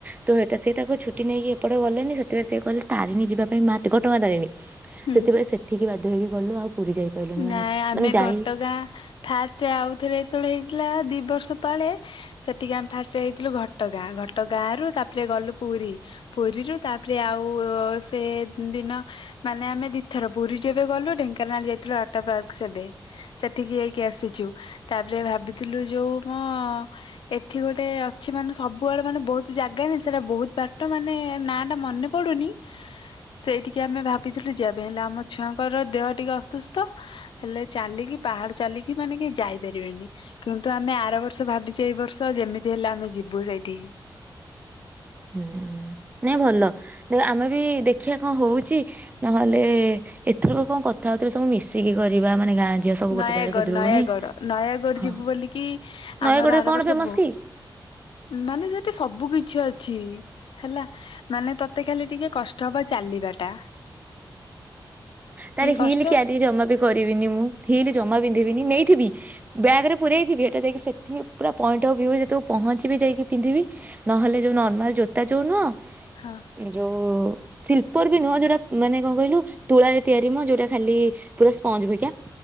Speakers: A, on the right; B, on the left.
A: ତ ସେଇଟା ସେ ତାକୁ ଛୁଟି ନେଇକି ଏପଟେ ଗଲେନି ସେତେବେଳେ ସିଏ କଲେ ତାରିଣୀ ଯିବା ପାଇଁ ମା ଘଟଗାଁ ତାରିଣୀ।
B: ହୁଁ।
A: ସେଥିପାଇଁ ସେଠିକି ବାଧ୍ୟ ହୋଇକି ଗଲୁ ଆଉ ପୁରୀ ଯାଇପାରିଲୁନି
B: ନାଇଁ
A: ମାନେ
B: ଆମେ
A: ମାନେ ଯାଇ
B: ଘଟଗାଁ ଫାଷ୍ଟ ଆଉଥରେ ଏତେବେଳେ ହେଇଥିଲା ଦି ବର୍ଷ ତଳେ ସେଠିକି ଆମେ ଫାଷ୍ଟ ହେଇଥିଲୁ ଘଟଗାଁ ଘଟଗାଁ ରୁ ତାପରେ ଗଲୁ ପୁରୀ ପୁରୀରୁ ତାପରେ ଆଉ ସେ ଦିନ ମାନେ ଆମେ ଦିଇଥର ପୁରୀ ଯେବେ ଗଲୁ ଢେଙ୍କାନାଳ ଯାଇ ଅଟା ପାର୍କ ସେବେ ସେଠିକି ଯାଇକି ଆସିଛୁ ତାପରେ ଭାବିଥିଲୁ ଯୋଉ ମୋ ଏଠି ଗୋଟେ ଅଛି ମାନେ ସବୁଆଡେ ମାନେ ବହୁତ ଜାଗାାନ ସେଟା ବହୁତ ବାଟ ମାନେ ନା ଟା ମନେ ପଡୁନି ସେଇଠିକି ଆମେ ଭାବିଥିଲୁ ଯିବା ଏବେ ହେଲେ ଆମ ଛୁଆଙ୍କର ଦେହ ଟିକେ ଅସୁସ୍ଥ ତ ହେଲେ ଚାଲିକି ପାହାଡ ଚାଲିକି ମାନେ କି ଯାଇପାରିବେନି କିନ୍ତୁ ଆମେ ଆର ବର୍ଷ ଭାବିଛୁ ଏଇ ବର୍ଷ ଯେମିତି ହେଲେ ଆମେ ଯିବୁ ସେଇଠିକି
A: ହୁଁ ନାଇଁ ଭଲ ଆମେ ବି ଦେଖିବା କଣ ହଉଛି ନହେଲେ ଏଥରକ କଣ କଥା ହଉଥିଲେ ସବୁ ମିଶିକି କରିବା ମାନେ ଗାଁ? ଝିଅ ସବୁ ଗୋଟେ
B: ନୟାଗଡ
A: ଜାଗାରେ ଖୁଦୁରୁକୁଣୀ
B: ନୟାଗଡ ନୟାଗଡ
A: ହଁ
B: ଯିବୁ ବୋଲିକି
A: ନୟାଗଡ଼ରେ
B: ଆମର ଆରବର୍ଷ
A: କଣ ଫେମସ
B: ବୋ
A: କି
B: ମାନେ ଯି ସବୁ କିଛି ଅ ଅଛି ହେଲା ମାନେ ତତେ ଖାଲି ଟିକେ କଷ୍ଟ ହବ ଚାଲିବା ଟା।
A: ତାର ହିଲ
B: କଷ୍ଟ
A: କିଆ ଟିକେ ଜମା ବି କରିବିନି ମୁଁ ହିଲ୍ ଜମା ପିନ୍ଧିବିନି ନେଇଥିବି ବ୍ୟାଗ୍ ରେ ପୁରେଇ ଥିବି ସେଇଟା ଯାଇକି ସେଠି ପୁରା ପଏଣ୍ଟ ଅଫ୍ ଭ୍ୟୁରେ ଯେତବେକୁ ପହଞ୍ଚିବି ପିନ୍ଧିବି ନହଲେ ଯୋଉ ନର୍ମାଲ ଜୋତା ଯେଉଁ ନୁହଁ
B: ହଁ
A: ଯୋଉ ଶିଲପର ବି ନୁହଁ ଯୋଉ ରା ମାନେ କଣ କହିଲୁ ତୁଳା ତିଆରି ମ ଯୋଉଟା ଖାଲି ପୁରା ସ୍ପଞ୍ଜ ଭିକା।